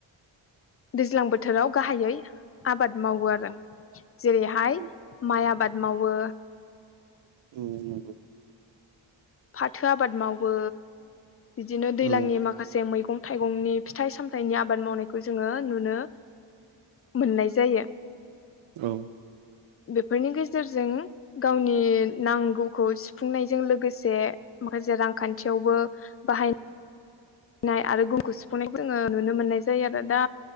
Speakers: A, on the left; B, on the right.
A: दैज्लां बोथोराव गाहायै आबाद मावो आरो जेरैहाय
B: औ
A: माइ आबाद मावो।
B: औ नंगौ ‌।
A: फाथो आबाद मावो बिदिनो दैज्लांनि
B: औ
A: माखासे मैगं थाइगंनि फिथाइ सामथाइनि आबाद मावनायखौ जोङो नुनो मोननाय जायो।
B: औ।
A: बेफोरनि गेजेरजों गावनि नांगौखौ सुफुंनायजों लोगोसे माखासे रांखान्थियावबो बाहाय नाय आरो गुबुनखौ सुफुंनायखौ जोङो नुनो मोननाय जायो आरो दा